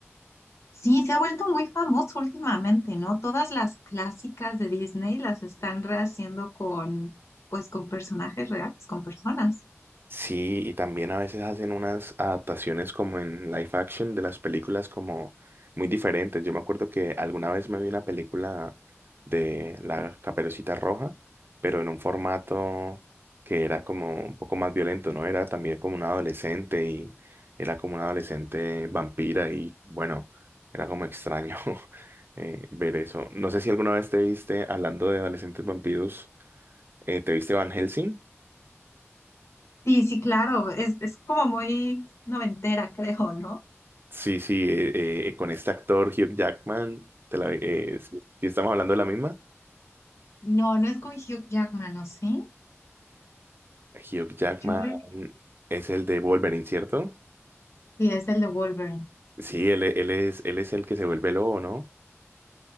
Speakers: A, on the left; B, on the right.
A: Sí, se ha vuelto muy famoso últimamente, ¿no? Todas las clásicas de Disney las están rehaciendo con, pues, con personajes reales, con personas.
B: Sí, y también a veces hacen unas adaptaciones como en live action de las películas como muy diferentes. Yo me acuerdo que alguna vez me vi una película de La Caperucita Roja, pero en un formato que era como un poco más violento, ¿no? Era también como una adolescente y era como una adolescente vampira y bueno, era como extraño <laughs> eh, ver eso. No sé si alguna vez te viste, hablando de adolescentes vampiros, eh, ¿te viste Van Helsing?
A: Sí, sí, claro, es, es como muy noventera, <laughs> creo, ¿no?
B: Sí, sí, eh, eh, con este actor Hugh Jackman, te la, eh, si si estamos hablando de la misma,
A: No, no es con Hugh Jackman, ¿o sí?
B: Hugh Jackman
A: Yo re-
B: es el de Wolverine, ¿cierto?
A: Sí, es el de Wolverine.
B: Sí, él, e- él es, él es el que se vuelve lobo, ¿no?